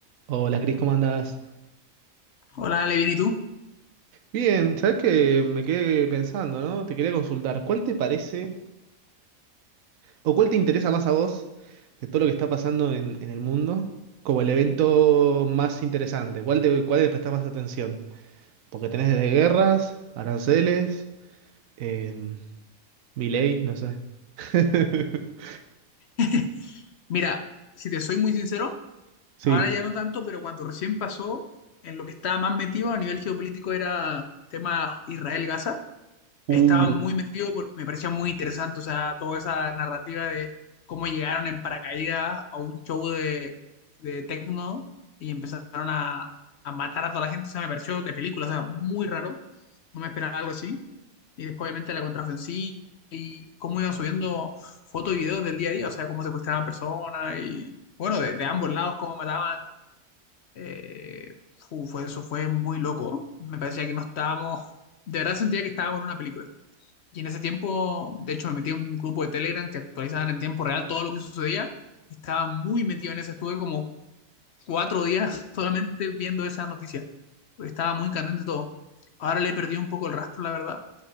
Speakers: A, on the right (about 75°); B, on the left (about 60°).
A: Hola, Cris, ¿cómo andás?
B: Hola, Levin, ¿y tú?
A: Bien, sabes que me quedé pensando, ¿no? Te quería consultar, ¿cuál te parece o cuál te interesa más a vos de todo lo que está pasando en, en el mundo como el evento más interesante? ¿Cuál te, cuál le prestás más atención? Porque tenés desde guerras, aranceles, em, Milei, no sé. <laughs>
B: <laughs> Mira, si te soy muy sincero,
A: Sí.
B: ahora ya no tanto, pero cuando recién pasó, en lo que estaba más metido a nivel geopolítico era tema Israel-Gaza.
A: Uh,
B: estaba muy metido porque me parecía muy interesante, o sea, toda esa narrativa de cómo llegaron en paracaídas a un show de, de techno y empezaron a, a matar a toda la gente, o sea, me pareció de película, o sea, muy raro, no me esperaba algo así. Y después, obviamente, la contraofensiva y cómo iban subiendo fotos y videos del día a día, o sea, cómo secuestraban personas y, bueno, de, de ambos lados, cómo mataban. eh, fu- fue, eso fue muy loco. Me parecía que no estábamos, de verdad sentía que estábamos en una película. Y en ese tiempo, de hecho, me metí a un grupo de Telegram que actualizaban en tiempo real todo lo que sucedía. Estaba muy metido en eso. Estuve como cuatro días <laughs> solamente viendo esa noticia. porque Estaba muy candente todo. Ahora le he perdido un poco el rastro, la verdad,